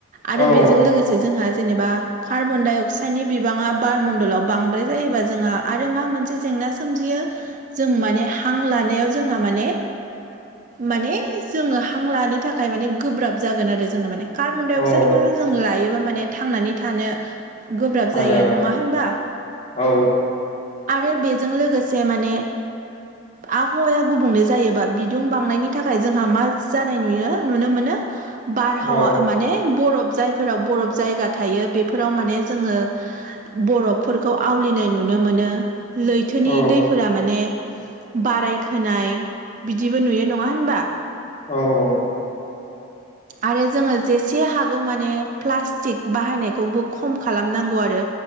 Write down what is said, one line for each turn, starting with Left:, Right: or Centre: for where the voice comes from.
Right: आरो
Left: औ
Right: बेजों लोगो जोंहा जेनेबा कार्बनडाइ अक्साइडनि बिबाङा बार मणडलाव बांद्राय जायोबा जोंहा आरो मा मोनसे जेंना सोमजियो जों माने हां लानायाव जोंहा माने माने जोङो हां लानो थाखाय माने गोब्राब जागोन आरो जोङो माने। कार्बनडाइ अक्साइदखौ
Left: औ
Right: थ जों लायोबा माने थांनानै थानो गोब्राब
Left: हाया
Right: जायो नङा होनबा
Left: औ
Right: आरो बे जों लोगोसे माने आबहावाया गुबुंले जायोबा बिदुं बांनायनि थाखाय जोंहा मा जानाय नुयो नुनो मोनो बारहावा
Left: औ
Right: माने बरफ जायफोराव बरफ जायगा थायो बेफोराव माने जोङो बरफफोरखौ आवलिनाय नुनो मोनो लैथोनि
Left: औ
Right: दैफोरा माने बाराय खोनाय बिदिबो नुयो नङा होनबा
Left: औ औ
Right: आरो जोङो जेसे हागौ माने प्लास्टिक बाहायनायखौबो खम खालामनांगौ आरो